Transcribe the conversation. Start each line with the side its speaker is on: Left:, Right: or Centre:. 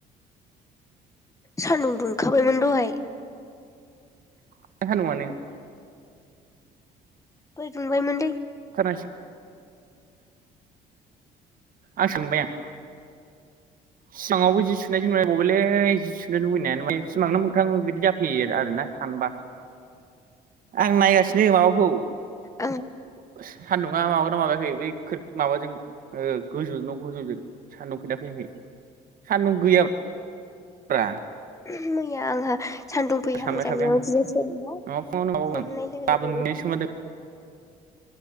Left: सान्दुं दुंखाबायमोन दहाय
Right: <inaudible>
Left: दहै दुमबाय मोनलै
Right: <inaudible> औ आ सोंबाय आं सिमाङावबो जि सुनायसो नुलाय बावबायलै जि सुनो लुबैनायानो माने सिमांनो मोगथां बिदि जाफैयो आरोना सानबा। आं नायगासिनो माबाखौ।
Left: आं
Right: <unintelligible> ना माबाना माबायाखै बै माबाजों गोजौ न' गोजौजों सान्दुं फैदोना फैयाखै सान्दुं गैयाब्रा।
Left: <inaudible> मैया आंहा सान्दुं फैहांजानायाव
Right: सानबाय थाबाय आङो
Left: जिया सोमबाय
Right: नङा फुङावनो माबागोन
Left: सोमनाय लोगो
Right: गाबोन
Left: लोगो
Right: मोनैनि सोमोन्दो